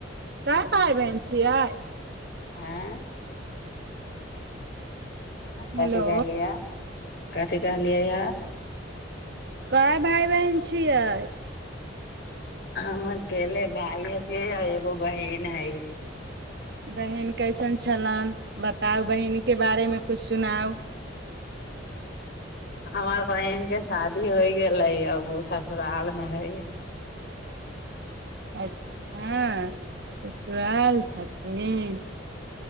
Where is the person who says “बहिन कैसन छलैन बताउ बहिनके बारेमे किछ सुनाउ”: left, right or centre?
Right